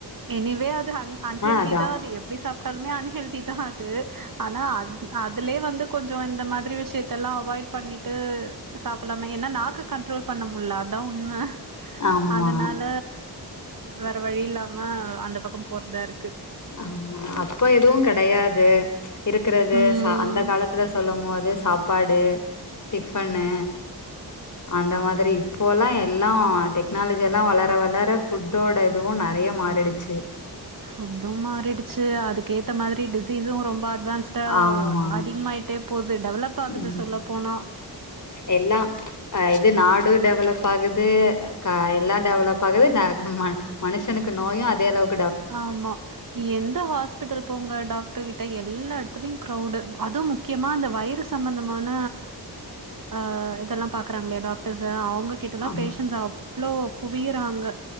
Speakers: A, on the right; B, on the left.
A: எனிவே அது அ அன்ஹெ்திதா
B: அதான்
A: அது எப் எப்டி சாப்பிட்டாலுமே அன்ஹெல்தி தா அது ஆனா அதுலே வந்து கொஞ்சோ இந்த மாதிரி விஷியத்த எல்லா அவாய்ட் பண்ணிட்டு சாப்பலாம ஏனா நாக்க கண்ட்ரோல் பண்ண முல்ல அதா உண்ம
B: ஆமா
A: அதனால வேற வழி இல்லாம அந்த பக்கோ போறதா இருக்கு
B: ஆமா அப்ப எதுவு கெடையாது இருக்குறது
A: ம்
B: ச அந்த காலத்துல சொல்லு போது சாப் சப்பாடு டிஃபன்னு அந்த மாதிரி இப்போல்லா எல்லா டெக்னாலஜி எல்லா வளர வளர ஃபுட்டோட இதுவு நெறைய மாறிடுச்சு
A: ஃபுட்டு மாறிடுச்சு அதுக்கேத்த மாதிரி டிசீஸம் ரொம்ப அட்வான்ஸ் ட்டா
B: ஆமா
A: அதிகமாயிட்டே போகுது டெவலப் ஆகுது
B: ம்
A: சொல்ல போனா
B: எல்லா இது நாடு டெவலப் ஆகுது எல்லா டெவலப் ஆகுது மனுஷனுக்கு நோயு அதே அளவுக்
A: ஆமா எந்த ஹாஸ் பிட்டல் போங்க டாக்டர் கிட்ட எல்லா எடத்துலயு ஃகிரவுடு அதுவு முக்கியமா அ வைரஸ் த் சம்பந்தமான அ இதெல்லா பாக்குறாங்களா டாக்டர்ஸ் அவுங்க கிட்டலா
B: ஆமா
A: பேஷன்ஸ் அவ்ளோ குவியிறாங்க